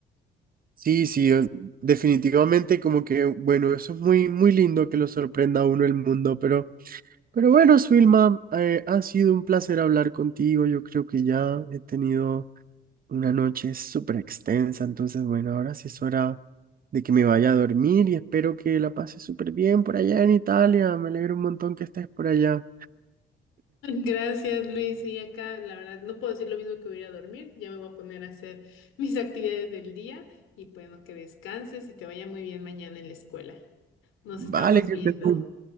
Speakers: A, on the right; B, on the left.
A: Sí, sí, o- definitivamente como que, bueno, eso es muy, muy lindo que lo sorprenda a uno el mundo, pero, pero bueno, Swilma, eh, ha sido un placer hablar contigo. Yo creo que ya he tenido Una noche súper extensa, entonces bueno, ahora sí es hora de que me vaya a dormir y espero que la pases súper bien por allá en Italia. Me alegro un montón que estés por allá.
B: <laughs> Gracias, Luis. Y acá, la verdad, no puedo decir lo mismo que voy a ir a dormir. Ya me voy a poner a hacer <laughs> mis actividades del día y pues, bueno, que descanses y te vaya muy bien mañana en la escuela. Nos
A: Vale,
B: estamos
A: que
B: viendo.
A: estés muy-